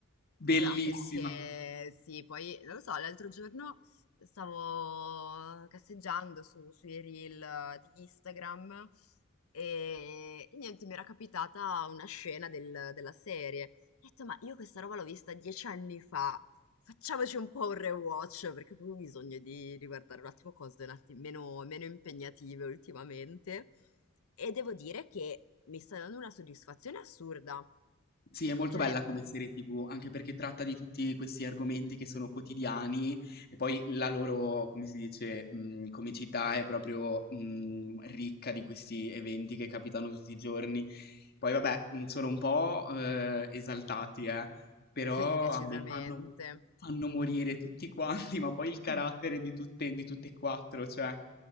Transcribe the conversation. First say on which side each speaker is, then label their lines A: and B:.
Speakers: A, on the left; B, on the left.
A: Bellissima.
B: Ah, perché sì, poi non lo so, l'altro giorno stavo casseggiando su- sui reel eh, di Instagram e, e niente, mi era capitata una scena del- della serie. Ho detto, ma io questa roba l'ho vista dieci anni fa, facciamoci un po' un rewatch perché ho proprio bisogno di, di guardare un attimo cose un attimo meno, meno impegnative ultimamente. E devo dire che mi sta dando una soddisfazione assurda.
A: Sì, è molto
B: Cioè,
A: bella come serie TV, anche perché tratta di tutti questi argomenti che sono quotidiani e poi la loro, come si dice, mh, comicità è proprio mh, ricca di questi eventi che capitano tutti i giorni. Poi vabbè, mh, sono un po' eh, esaltati, eh, però
B: sì, decisamente.
A: a me fanno, fanno morire tutti quanti, <laughs> ma poi il carattere
B: <laughs>
A: di tutte, di tutte e quattro, cioè.